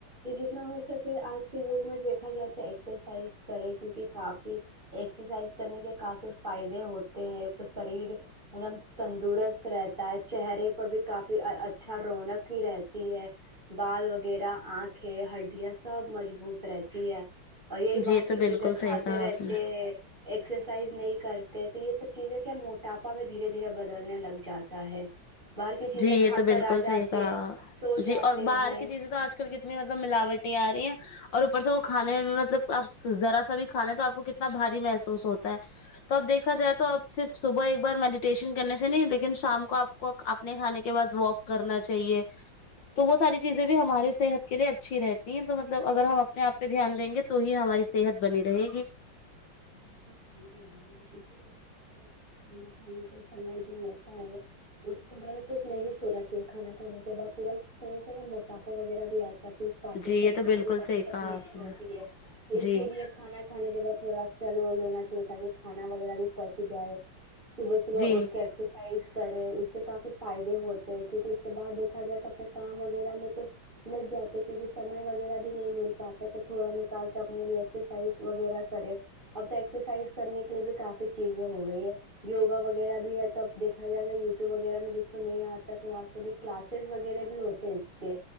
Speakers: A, on the right; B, on the left.
A: یہ جتنا ہو سکے آج کے دور میں دیکھا جاتا ہے ایکسرسائز کریں کیونکہ کافی ایکسرسائز کرنے کے کافی فائدے ہوتے ہیں شریر ایک دم تندرست رہتا ہے چہرے پر بھی کافی اچھا رونق ہی رہتی ہے بال وغیرہ آنکھیں ہڈیا سب مضبوط رہتی ہے اور یہی باہر
B: جی یہ تو
A: کی
B: بالکل
A: چیزیں کھاتے
B: صحیح کہا
A: رہتے
B: آپ نے
A: ہیں ایکسرسائز نہیں کرتے تو یہ سب چیزیں کیا موٹاپا میں دھیرے دھیرے بدلنے لگ جاتا ہے باہر کی چیزیں
B: جی یہ
A: کھا
B: تو بالکل
A: کر آ جاتے
B: صحیح کہا
A: سو
B: جی
A: جاتے
B: اور باہر
A: ہیں
B: کی چیزیں تو آج کتنی مطلب ملاوٹیں آ رہی ہیں اور اوپر سے وہ کھانے میں مطلب آپ ذرا سا بھی کھا لیں تو آپ کو کتنا بھاری محسوس ہوتا ہے تو اب دیکھا جائے تو اب صرف صبح ایک بار میڈیٹیشن کرنے سے نہیں لیکن شام کو آپ کو آپ نے کھانے کے بعد واک کرنا چاہیے تو وہ ساری چیزیں بھی ہماری صحت کے لیے اچھی رہتی ہیں تو مطلب اگر ہم اپنے اپئے دھیان دیں گے تو تو ہی ہماری صحت بنی رہے گی
A: بالکل صحیح کہہ رہی ہیں آپ کھانا کھانے کے سمے جو ہوتا ہے اس ترنت نہیں تھوڑا سا کھانا کھانے کے بعد پورا تھوڑا سا موٹاپا وغیرہ بھی آتا <unintelligible>
B: جی یہ تو بالکل
A: کو بھی کافی
B: صحیح
A: تکلیفیں
B: کہا آپ نے
A: ہوتی ہے اسی
B: جی
A: لیے کھانا کھانے کے بعد تھوڑا چل ول لینا چاہیے تاکہ کھانا وغیرہ بھی پہنچ جائے صبح صبح
B: جی
A: اٹھ کے ایکسرسائز کرے اس سے کافی فائدے ہوتے ہیں کیونکہ اس کے بعد دیکھا جائے تو اپنے کام وغیرہ میں تو لگ جاتے کیونکہ سمے وغیرہ بھی نہیں مل پاتا تو تھوڑا نکال کے اپنے لیے ایکسرسائز وغیرہ کرے اب تو ایکسرسائز کرنے کے لیے بھی کافی چیزیں ہو گئی ہے یوگا وغیرہ بھی ہے تو اب دیکھا جائے گا یوٹیوب وغیرہ میں جس کو نہیں آتا ہے تو وہاں سے بھی کلاسز وغیرہ بھی ہوتے کے